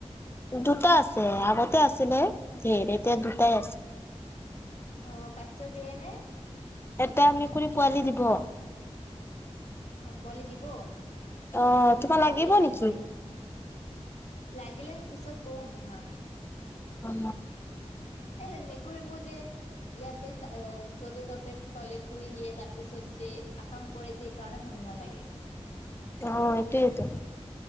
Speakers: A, on the left; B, on the left.
A: দুটা আছে। আগতে আছিলে ধেৰ। এতিয়া দুটাই আছে।
B: অ বাচ্ছা দিয়েনে?
A: এটা মেকুৰী পোৱালি দিব।
B: অ পোৱালি দিব?
A: অ তোমাৰ
B: ভালেই
A: লাগিব
B: তেন্তে
A: নেকি?
B: লাগিলে পিছত কম তোমাক।
A: অ।
B: এ মেকুৰীবোৰ যে ইয়াতে য'তে ত'তে টয়লেট কৰি দিয়ে। তাৰ পিছত যে আকাম কৰে যে এই কাৰণে ভাল নালাগে।
A: অ এইটোৱেটো।